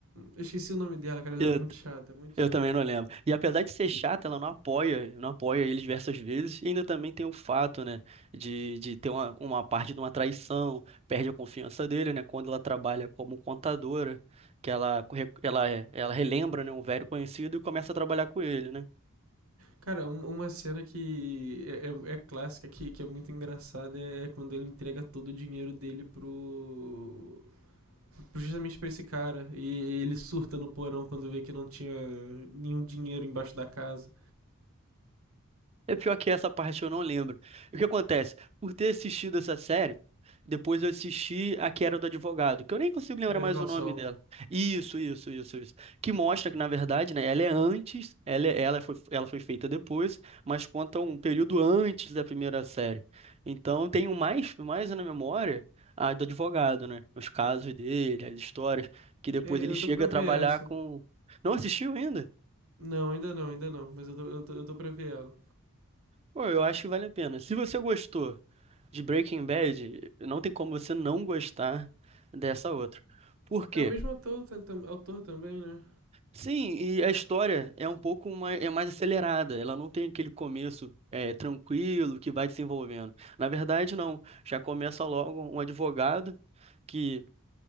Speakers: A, on the right; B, on the right.
A: Eu esqueci o nome dela, cara, ela
B: eu,
A: é muito chata, muito
B: eu
A: chata.
B: também não lembro. E apesar de ser chata, ela não apoia, não apoia ele diversas vezes, e ainda também tem o fato, né, de, de ter uma, uma parte de uma traição, perde a confiança dele, né, quando ela trabalha como contadora, que ela, corre- ela, ela relembra, né, um velho conhecido e começa a trabalhar com ele, né?
A: Cara, um- uma cena que é, é- é clássica, que, que é muito engraçada, é, é quando ele entrega todo o dinheiro dele pro. pro- justamente pra esse cara. E, e ele surta no porão quando vê que não tinha nenhum dinheiro embaixo da casa.
B: É pior que essa parte eu não lembro. E O que acontece? Por ter assistido essa série, depois eu assisti a que era do advogado, que eu nem consigo lembrar
A: Better
B: mais
A: Call
B: o nome
A: Saul.
B: dela. Isso, isso, isso, isso. Que mostra que, na verdade, né, ela é antes, ela, é- ela, foi, ela foi feita depois, mas conta um período antes da primeira série. Então eu tenho mais, mais na memória a do advogado, né? Os casos dele, as histórias, que depois
A: É,
B: ele
A: eu
B: chega
A: tô pra ver
B: a trabalhar
A: essa.
B: com. Não assistiu ainda?
A: Não, ainda não, ainda não, mas eu tô, eu tô, eu tô pra ver ela.
B: Pô, eu acho que vale a pena. Se você gostou. de Breaking Bad, não tem como você não gostar dessa outra. Por quê?
A: É o mesmo ator, tam- tam- autor também, né?
B: Sim, e a história é um pouco mais, é mais acelerada, ela não tem aquele começo é, tranquilo que vai desenvolvendo. Na verdade, não. Já começa logo um advogado que